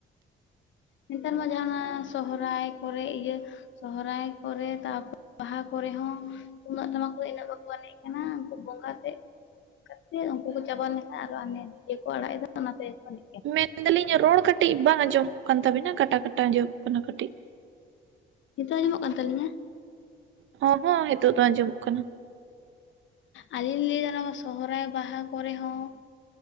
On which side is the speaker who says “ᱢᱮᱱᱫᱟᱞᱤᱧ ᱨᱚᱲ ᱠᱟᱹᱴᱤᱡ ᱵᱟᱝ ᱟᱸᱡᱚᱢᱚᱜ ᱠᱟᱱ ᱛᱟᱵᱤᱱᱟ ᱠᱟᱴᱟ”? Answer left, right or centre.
Right